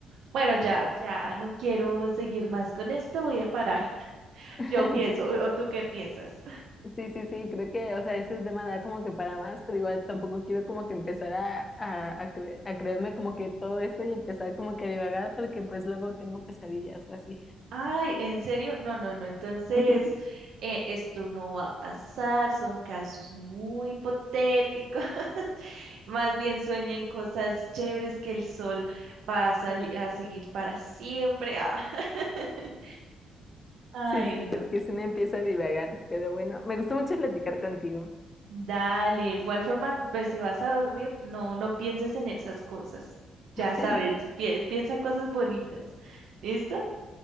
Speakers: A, on the right; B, on the left.
A: bueno, ya, ya no quiero seguir más con esto, voy a parar. <laughs>
B: <laughs>
A: Yo pienso,
B: sí,
A: o o tú qué piensas?
B: sí, sí, sí, creo que, o sea, ese tema da como que para más, pero igual tampoco quiero como que empezar a, a, a, cre- a creerme como que todo esto y empezar como que a divagar, porque pues luego tengo pesadillas o así.
A: Ay, ¿en serio? No, no, no. Entonces,
B: <laughs>
A: eh, esto no va a pasar. Son casos muy hipotéticos. <laughs> Más bien sueña en cosas chéveres que el sol va a, sali- a seguir para siempre. Ah. <laughs> Ay,
B: Sí, sí,
A: no.
B: porque si me empieza a divagar, pero bueno, me gustó mucho platicar contigo.
A: Dale, igual forma, pues si vas a dormir, no, no pienses en esas cosas. Ya
B: <laughs>
A: sabes, pi- piensa cosas bonitas. ¿Listo?